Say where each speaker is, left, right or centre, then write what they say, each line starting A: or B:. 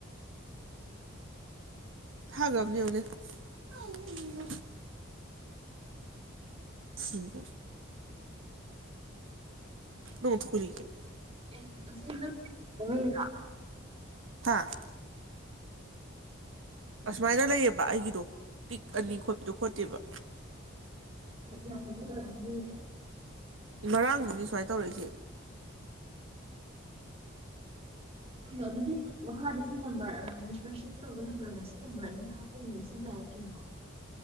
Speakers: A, on the right; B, on the right.
A: ꯊꯥꯒ ꯑꯃꯅꯤꯅꯤ ꯑꯣꯅꯦ ꯁꯤꯕꯨꯣ ꯅꯉ ꯊꯦ
B: ꯑꯦ ꯑꯗꯨꯗꯤ ꯅꯪ ꯂꯧꯔꯤꯔꯣ
A: ꯍꯥ ꯑꯁꯨꯃꯥꯏꯅ ꯂꯩꯌꯦꯕ ꯑꯩꯒꯤꯗꯣ ꯇꯤꯛ ꯑꯅꯤ
B: ꯑꯦ
A: ꯈꯣꯠꯄꯗꯣ ꯈꯣꯠꯇꯦꯕ
B: ꯌꯥꯝꯅꯗ ꯋꯥꯅꯤ
A: ꯉꯔꯥꯡꯗꯨꯗꯤ ꯁꯨꯃꯥꯏꯅ ꯇꯧꯔꯛꯏꯁꯦ
B: ꯀꯩꯅꯣ ꯑꯗꯨꯗꯤ ꯃꯈꯥꯗ ꯁꯤ ꯅꯝꯕꯔꯦꯁꯇ꯭ꯔꯦꯁꯟ ꯇꯧꯕ ꯅꯝꯕꯔꯅ ꯁꯤ ꯅꯝꯕꯔ ꯑꯗꯨꯝ ꯍꯥꯞꯇꯣꯏꯅꯦ ꯁꯤ ꯌꯥꯏ ꯀꯅꯣ